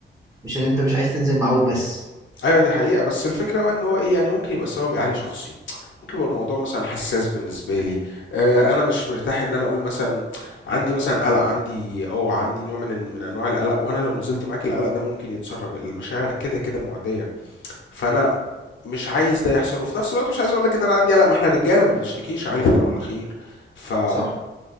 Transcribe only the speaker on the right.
مش إن أنت مش عايز تنزل معاه وبس
صح